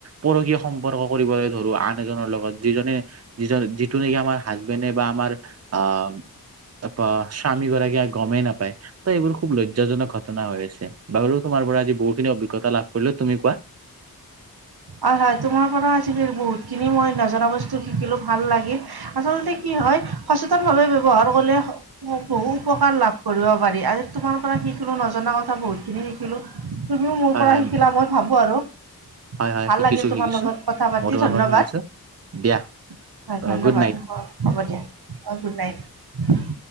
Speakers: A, on the right; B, on the right.
A: পৰকীয় সম্পৰ্ক কৰিবলৈ ধৰো। আন এজনৰ লগত। যিজনে যিজন যিটো নেকি আমাৰ। হাজবেণ্ডে বা আমাৰ অহ। <unintelligible> স্বামী গৰাকীয়ে গমেই নাপায়। ত, এইবোৰ খুব লজ্জাজনক ঘটনা হৈ আছে। বাৰু তোমাৰ। তোমাৰ পৰা আজি বহুখিনি অভিজ্ঞতা লাভ কৰিলো। তুমি কোৱা?
B: হয়, হয়, তোমাৰ পৰা আজি বহুত খিনি মই নজনা বস্তু শিকিলো ভাল লাগিল। আচলতে কি হয়, সচেতন ভাৱে ব্যৱহাৰ কৰিলে ব-বহু উপকাৰ লাভ কৰিব পাৰি। <unintelligible> তোমাৰ পৰা শিক <unintelligible> নজনা কথা বহুত খিনি শিকিলো। তুমিও মোৰ
A: হয়
B: পৰা
A: হয়
B: শিকিলা, মই ভাবো আৰু।
A: হয় হয়
B: ভাল
A: শিকিছো
B: লাগিল, তোমাৰ
A: শিকিছো
B: লগত কথা পাতি
A: মই তোমাৰ
B: ধন্যবাদ।
A: পৰা শিকিছো
B: হয়,
A: দিয়া
B: ধন্যবাদ,
A: গুড নাইট।
B: হ'ব হ'ব দিয়া। অ', গুড নাইট।